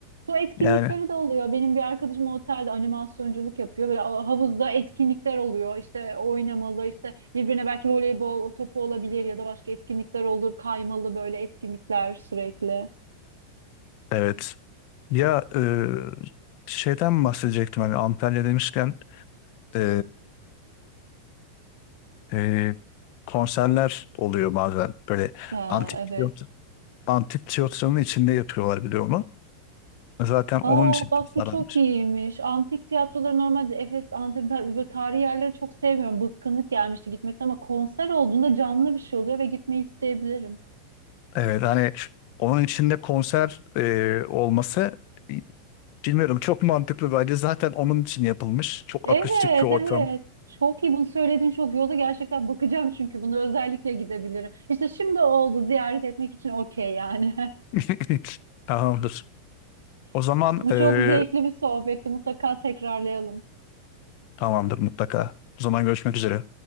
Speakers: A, on the right; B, on the left.
A: Su etkinlikleri
B: Yani
A: de oluyor. Benim bir arkadaşım otelde animasyonculuk yapıyor. Böyle a- havuzda etkinlikler oluyor. İşte oynamalı, işte birbirine belki voleybol topu olabilir ya da başka etkinlikler olur. Kaymalı böyle etkinlikler sürekli.
B: evet. Ya e, şeyden bahsedecektim hani Antalya demişken e, e, konserler oluyor bazen. Böyle
A: Aa,
B: antik
A: evet.
B: tiyatro, antik tiyatronun içinde yapıyorlar biliyor de Zaten onun
A: Aa
B: için
A: bak
B: tasarlanmış.
A: bu çok iyiymiş. Antik tiyatroları normalde Efes, Antep ben böyle tarihi yerleri çok sevmiyorum. Bıkkınlık gelmişti gitmekten ama konser olduğunda canlı bir şey oluyor ve gitmeyi isteyebilirim.
B: Evet hani onun içinde konser e, olması bilmiyorum çok mantıklı bence zaten onun için yapılmış. Çok
A: Evet,
B: akustik bir ortam.
A: evet. Çok iyi bunu söyledin çok iyi oldu. Gerçekten bakacağım çünkü bunu özellikle gidebilirim. İşte şimdi oldu ziyaret etmek için okey yani.
B: <laughs> Tamamdır. O zaman
A: <laughs> Bu
B: e,
A: çok zevkli bir sohbetti. Mutlaka tekrarlayalım.
B: Tamamdır mutlaka. O zaman görüşmek üzere.